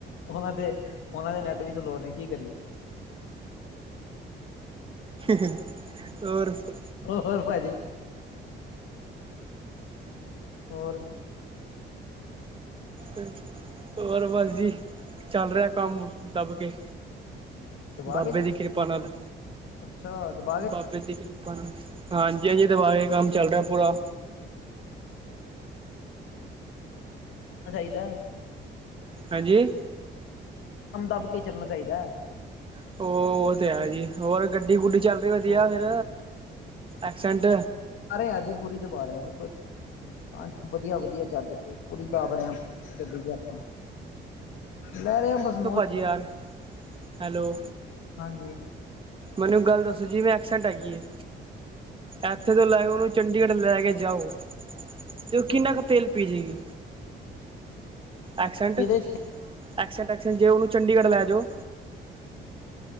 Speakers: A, on the left; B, on the right.
A: ਉਹਨਾਂ ਦੇ, ਉਹਨਾਂ ਦੇ ਨੈਟ ਵੀ ਸਲੋਅ ਨੇ, ਕੀ ਕਰੀਏ।
B: ਹ ਹੋਰ, ਦੱਸੋ?
A: ਹੋਰ ਭਾਜੀ ਹੋਰ
B: ਅ ਹੋਰ ਵਸਜੀ, ਚੱਲ ਰਿਹਾ ਕੰਮ ਦੱਬਕੇ।
A: ਦਬਾ
B: ਬਾਬੇ
A: ਕੇ ਜੀ
B: ਦੀ ਕਿਰਪਾ ਨਾਲ,
A: ਅੱਛਾ ਦਬਾ ਕੇ
B: ਬਾਬੇ ਦੀ ਕਿਰਪਾ ਆਪ, ਹਾਂਜੀ-ਹਾਂਜੀ, ਦਬਾ ਕੇ, ਕੰਮ ਚੱਲ ਰਿਹਾ ਪੂਰਾ।
A: ਚਾਹੀਦਾ।
B: ਹਾਂਜੀ!
A: ਕੰਮ ਦੱਬ ਕੇ, ਚੱਲਣਾ ਚਾਹੀਦਾ ਹੈ।
B: ਉਹ, ਉਹ ਤਾਂ ਹੈ ਜੀ, ਹੋਰ ਗੱਡੀ-ਗੁੱਡੀ ਚੱਲ ਰਹੀ ਵਧੀਆ
A: ਹੋਰ
B: ਫਿਰ,
A: ਕੀ
B: ਐਕਸੈਂਟ
A: ਰਾ ਜੀ, ਪੂਰੀ ਦਬਾ ਰਹੇ ਜੀ, ਕੋਈ ਹਾਂਜੀ ਵਧੀਆ- ਵਧੀਆ ਚੱਲ ਜ, ਪੂਰੀ ਦਬ ਰਿ ਗੱਡੀ'ਚ ਆਪਾਂ, ਲੈ ਰਹੇ ਹ ਬਸ ਮੋਜ
B: ਹਜੀ, ਹਾਰ ਹੈਲੋ।
A: ਹਾਂਜੀ।
B: ਮੈਨੂੰ ਗੱਲ ਦੱਸੋ ਜੀ? ਐਪਸੈਟ ਹੈਗੀ ਆ ਇੱਥੇ ਤੋਂ ਲੈਕੇ, ਉਹਨੂੰ ਚੰਡੀਗੜ੍ਹ ਲੈਕੇ ਜਾਓ। ਤੇ, ਉਹ ਕਿੰਨਾ ਕੁ ਤੇਲ, ਪੀ ਜੇਗੀ? ਐਕਸੈਂਟ,
A: ਕਿਹਦੇ
B: ਐਕਸੈਂਟ-ਐਕਸੈਂਟ ਜੇ, ਉਹਨੂੰ ਚੰਡੀਗੜ੍ਹ ਲੈ ਜੋ